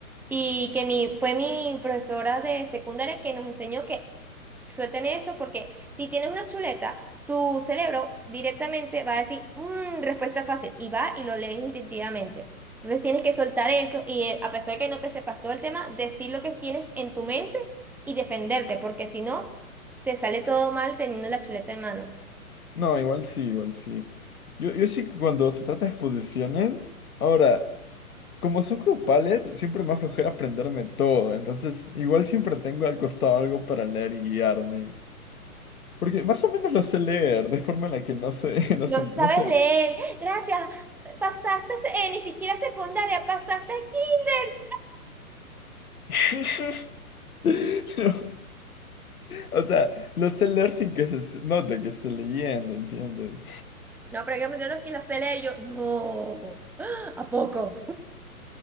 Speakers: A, in the centre; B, on the left (about 70°).
A: y que mi, fue mi profesora de secundaria que nos enseñó que suelten eso, porque si tienes una chuleta, tu cerebro directamente va a decir, "Mm, respuesta fácil, y va y lo lees instintivamente. Entonces tienes que soltar eso y eh, a pesar de que no te sepas todo el tema, decir lo que tienes en tu mente y defenderte, porque si no, te sale todo mal teniendo la chuleta en mano.
B: No, igual sí, igual sí. Yo, yo sí que cuando se trata de exposiciones, ahora, como son grupales, siempre me da flojera aprenderme todo, entonces igual siempre tengo al costado algo para leer y guiarme. Porque más o menos lo sé leer, de forma en la que no se, <laughs> no
A: No
B: se, no
A: sabes
B: se
A: leer,
B: ve.
A: gracias, pasaste, se- eh, ni siquiera secundaria, pasaste kinder.
B: <laughs> Pero, o sea, lo sé leer sin que se se note que esté leyendo, ¿entiendes?
A: No, pero hay que yo no es que lo sé leer, yo, no, <gasps> ¿a poco?